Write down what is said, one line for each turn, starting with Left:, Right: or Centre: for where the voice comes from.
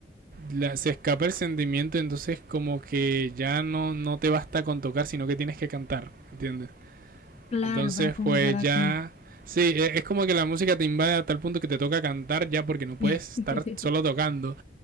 Right: la- se escapa el sentimiento, entonces como que ya no, no te basta con tocar, sino que tienes que cantar, ¿entiendes?
Left: claro,
Right: Entonces
Left: para como
Right: pues
Left: para
Right: ya...
Left: que...
Right: Sí, e- es como que la música te invade a tal punto que te toca cantar ya porque no puedes
Left: <laughs>
Right: estar solo tocando,